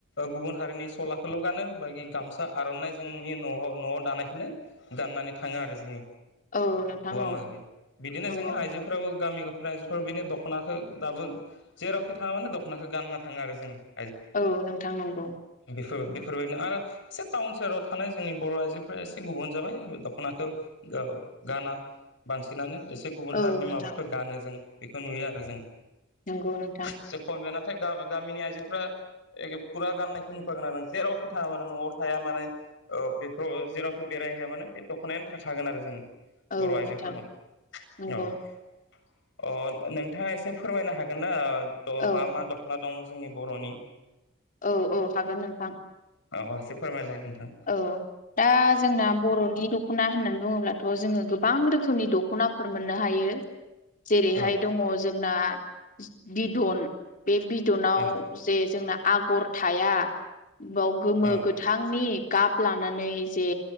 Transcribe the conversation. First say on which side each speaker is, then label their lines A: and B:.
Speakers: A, on the left (about 65°); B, on the left (about 45°).
A: गुबुन हारिनि सलाखौल' गानो बि गामसा आर'नाइ जोंनि न'आव न'आव दानायखोनो गाननानै थाङो आरो जोंनि
B: औ नोंथां
A: हौवा
B: औ
A: माहारि बिदिनो
B: नंगौ
A: जोङो आइजोफो फोराबो गामि <unintelligible> बिनि दख'नाखो दाबो जेरावखि थाङा माने दख'नाखौ गानना थाङो आरो जोङो
B: औ नोंथां नंगौ
A: बेफोर बेफोरबायदिनो आरो एसे टाउन सोहोराव थानाय जोंनि बर' आइजोफोरा एसे गुबुन जाबाय दख'नाखौ गाव गाना बांसिनानो एसे गुबुन
B: औ
A: हारिनि
B: नोंथां
A: माबाफोरखौ गानो जों बेखौ नुयो आरो जों
B: नोंगौ नोंथां
A: से खम बे नाथाय गा गामिनि आइजोफोरा एखे फुरा गाननायखे नुखागोन आरो नों जेरावखि थाङा माने न'आव थाया माने औ बेखौ जेरावखि बेरायहैया मानो बे दख'नायानो थाखागोन आरो जोङो
B: औ
A: बर' आइजोफोरनाव
B: नोंथां नंगौ
A: औ अ नोंथाङा एसे फोरमायनो हागोन ना द
B: औ
A: मा मा दख खना दं जोंनि बर'नि
B: औ औ हागोन नोंथां
A: अ इसे फोरमायलाय नोंथां
B: औ दा जोंना बर'नि दख'ना होननानै बुङोब्लाथ' जोङो गोबां रोखोमनि दख'नाफोर मोननो हायो जेरैहाय
A: अ
B: दङ जोंना बिदन बे बिदनाव
A: अ
B: जे जोंना आगर थाया बाव गोमो
A: अ
B: गोथांनि गाब लानानै जे